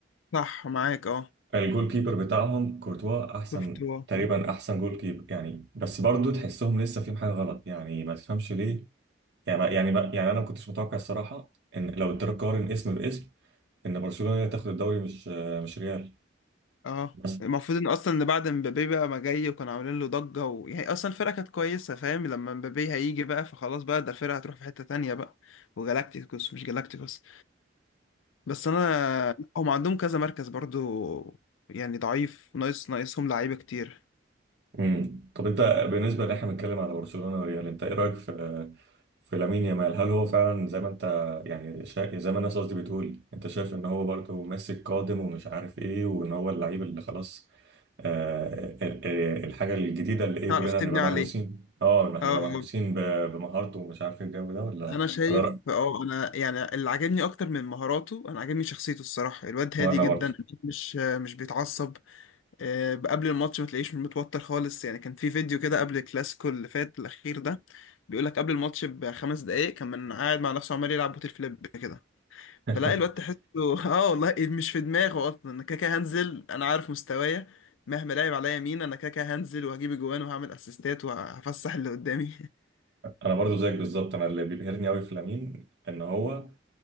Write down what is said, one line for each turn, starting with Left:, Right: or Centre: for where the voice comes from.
Left: صح معاك اه
Right: الجول كيبر بتاعهم كورتوا احسن
Left: شفت هو
Right: تقريبا احسن جول كيبر يعني بس برضو تحسهم لسه فيهم حاجه غلط يعني ما تفهمش ليه يعني ما يعني ما يعني انا ما كنتش متوقع الصراحه ان لو تقارن اسم باسم ان برشلونه هي اللي تاخد الدوري مش مش ريال
Left: اه
Right: بس
Left: المفروض ان اصلا ان بعد مبابي بقى ما جاي وكانوا عاملين له ضجه و... يعني اصلا الفرقه كانت كويسه فاهم لما مبابي هيجي بقى فخلاص بقى ده الفرقه هتروح في حته تانية بقى وجالاكتيكوس مش جالاكتيكوس بس انا هم عندهم كذا مركز برضو يعني ضعيف ناقص ناقصهم لعيبه كتير
Right: امم طب انت بالنسبه اللي احنا بنتكلم على برشلونه وريال انت ايه رايك في في لامين يامال هل هو فعلا زي ما انت يعني شا... زي ما الناس قصدي بتقول انت شايف ان هو برضه ماسك قادم ومش عارف ايه وان هو اللعيب اللي خلاص آه... ال- ال- الحاجه الجديده اللي ايه
Left: تعرف
Right: كلنا
Left: تبني
Right: هنبقى
Left: عليه
Right: مهووسين اه هنبقى
Left: اه
Right: مهووسين
Left: آه.
Right: ب... بمهارته ومش عارف ايه الجو ده ولا
Left: انا شايف
Right: ولا رأيك؟
Left: اه انا يعني اللي عاجبني اكتر من مهاراته انا عاجبني شخصيته الصراحه الواد
Right: وانا
Left: هادي جدا
Right: برضه
Left: مش مش بيتعصب آه، قبل الماتش ما تلاقيش متوتر خالص يعني كان في فيديو كده قبل الكلاسيكو اللي فات الأخير ده بيقول لك قبل الماتش بخمس دقايق كان من قاعد مع نفسه عمال يلعب بوتل فليب كده
Right: <laughs>
Left: فلاقي الواد تحسه <laughs> اه والله إيه مش في دماغه أصلا أنا كده كده هنزل أنا عارف مستوايا مهما لعب عليا مين أنا كده كده هنزل وهجيب جوان وهعمل أسيستات وهفسح اللي قدامي
Right: انا برضو زيك بالظبط انا اللي بيبهرني قوي في لامين ان هو